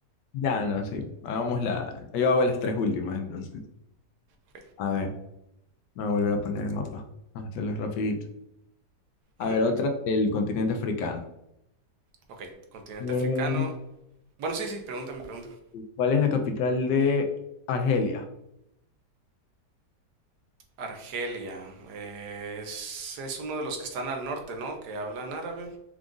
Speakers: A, on the left (about 80°); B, on the right (about 70°).
A: Ya, no, sí. Hagamos la... Yo hago las tres últimas, entonces.
B: Ok,
A: A ver, me voy a volver a poner el mapa. Vamos a Hacerlo rapidito. A
B: ujú,
A: ver, otra del continente africano.
B: ok, continente
A: Mm,
B: africano. Bueno, sí, sí, pregúntame, pregúntame.
A: ¿Cuál es la capital de Argelia?
B: Argelia, eh, es, es uno de los que están al norte, ¿no? Que hablan árabe.